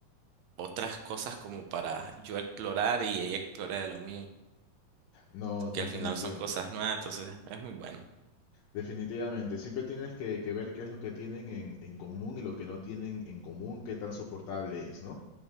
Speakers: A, on the right; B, on the left.
A: otras cosas como para yo explorar y ella explore de lo mío,
B: No, definitivamente.
A: que al final son cosas nuevas, entonces es muy bueno.
B: Definitivamente, siempre tienes que, que ver qué es lo que tienen en, en común y lo que no tienen en común, qué tan soportable es, ¿no?